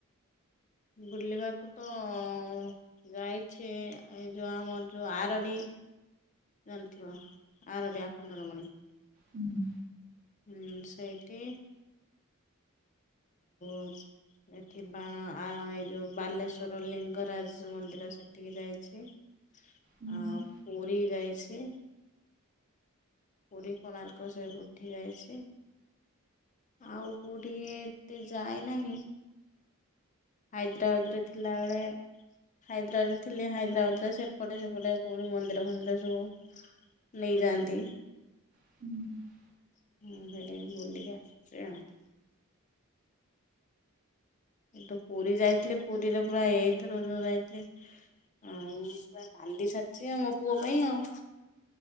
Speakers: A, on the left; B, on the right.
A: ବୁଲିବାକୁ ତ ଅଁ ଅଁ ଯାଇଛି ଏଇ ଯୋଉ ଆମର ଯୋଉ ଆରଡ଼ି ଜାଣିଥିବ? ଆରଡ଼ି ଆଖଣ୍ଡଳମଣି।
B: ହୁଁ।
A: ହୁଁ ସେଇଠି ହ ଏଠୀ ବା ଏଇ ଯେଉ ବାଲେଶ୍ଵର ଲିଙ୍ଗରାଜ ମନ୍ଦିର ସେଠିକି ଯାଇଛି। ହ
B: ହୁଁ ହୁଁ।
A: ପୁରୀ ଯାଇଛି। ପୁରୀ କୋଣାର୍କ ସେ ଉଠି ଯାଇଛି। ଆଉ କୋଉଠିକେ ଏତେ ଯାଏ ନାହିଁ। ହାଇଦ୍ରାବାଦରେ ଥିଲାବେଳେ ହାଇଦ୍ରାବାଦରେ ଥିଲେ ହାଇଦ୍ରାବାଦରେ ସେପଟେ ସେପଟେ କୋଉଠି ମନ୍ଦିର ଫନ୍ଦିର ସବୁ ନେଇଯାଆନ୍ତି।
B: ହୁଁ।
A: <inaudible> ତୁ ପୁରୀ ଯାଇଥିଲି ପୁରୀରେ ପୁରା ଏଇଥର ଯାଇଥିଲେ। ଆଉ ପୁରା କାନ୍ଦି ସାରଛି ଆଉ ମୋ ପୁଅ ପାଇଁ ଆଉ